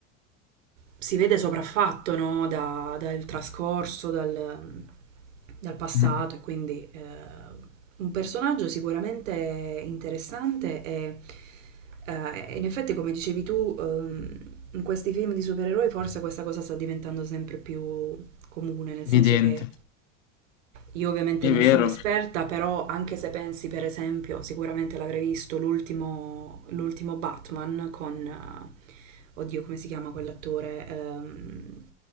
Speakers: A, on the right; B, on the left.
A: si vede sopraffatto, no, da- dal trascorso, dal, dal passato
B: Mhm.
A: e quindi eh, un personaggio sicuramente interessante e eh, in effetti come dicevi tu ehm, in questi film di supereroi forse questa cosa sta diventando sempre più comune, nel
B: Evidente,
A: senso che io ovviamente
B: è
A: non
B: vero.
A: sono un'esperta, però anche se pensi per esempio, sicuramente l'avrei visto l'ultimo l'ultimo Batman con eh, oddio, come si chiama quell'attore? Ehm,